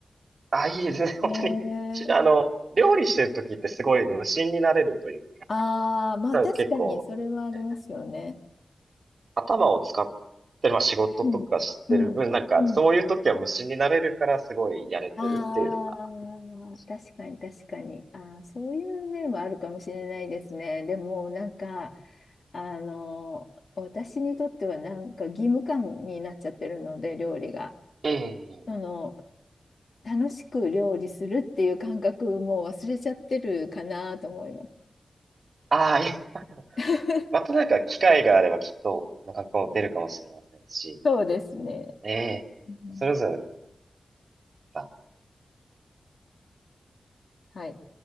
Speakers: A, on the right (about 55°); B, on the left (about 55°).
A: あ、いいですね。
B: えー、
A: <laughs> 本当に。しあの、料理してる時ってすごい無心になれるというか、
B: ああ、まあ確かにそれはありますよね。
A: なんか結構、え頭を使ってる、まあ仕事とかしてる分、
B: うん。うん。
A: なんかそういう時は無心になれるからすごいやれてるっていうのが
B: うんああ、確かに確かに。ああ、そういう面はあるかもしれないですね。でも、なんか、あの、私にとってはなんか義務感になっちゃってるので、料理が。
A: ええ。
B: その、楽しく料理するっていう感覚もう忘れちゃってるかなと思います。
A: ああ、いえ、<laughs> まあでも
B: <laughs>
A: またなんか機会があればきっと、その格好も出るかもしれませんし、
B: そうですね。
A: ええ、
B: うん
A: それぞれのまた
B: はい。